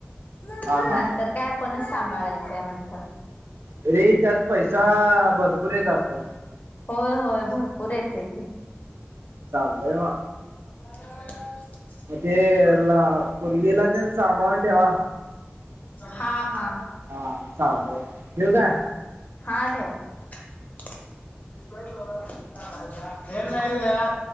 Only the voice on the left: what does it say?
<unintelligible>
नंतर काय आपणच सांभाळायचंय म्हणतात.
होय होय, भरपूर येतंय की.
<unintelligible>
हा हा.
हा ठेव. <unintelligible>